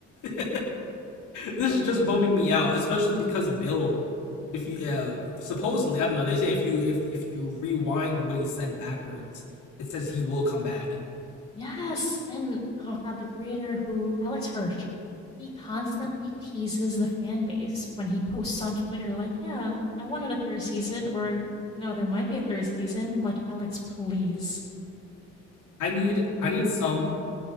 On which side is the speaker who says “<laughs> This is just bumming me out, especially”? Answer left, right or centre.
Left